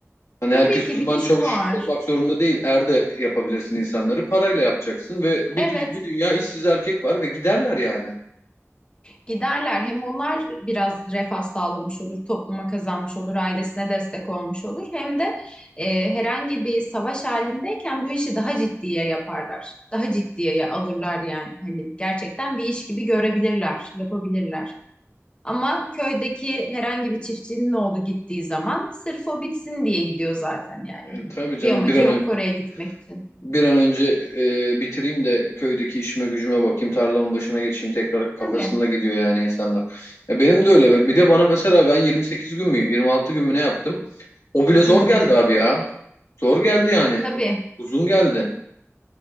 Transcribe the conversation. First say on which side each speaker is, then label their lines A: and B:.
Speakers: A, on the left; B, on the left.
A: Hani
B: Tabii
A: herkes
B: ki
A: uzman
B: bir de şu
A: çavuş
B: var.
A: olmak zorunda değil. Er de yapabilirsin insanları. Parayla yapacaksın ve bir,
B: Evet
A: tü- bir dünya işsiz erkek var ve giderler yani.
B: Giderler. Hem onlar biraz refah sağlamış olur, topluma kazanmış olur, ailesine destek olmuş olur. Hem de e, herhangi bir savaş halindeyken bu işi daha ciddiye yaparlar. Daha ciddiye alırlar yani. Hani gerçekten bir iş gibi görebilirler, yapabilirler. Ama köydeki herhangi bir çiftçinin oğlu gittiği zaman sırf o bitsin diye gidiyor zaten yani.
A: E,
B: Hani
A: tabii canım
B: bir amacı
A: bir an
B: yok
A: önce
B: oraya gitmek için.
A: bir an önce e, bitireyim de köydeki işime gücüme bakayım, tarlamın başına geçeyim tekrar kafasında
B: Tabii.
A: gidiyor yani insanlar. E, benim de öyle. Bir de bana mesela ben 28 gün mü 26 gün mü ne yaptım? O bile zor
B: Hı hı.
A: geldi abi ya. Zor geldi yani. E,
B: Tabii.
A: Uzun geldi.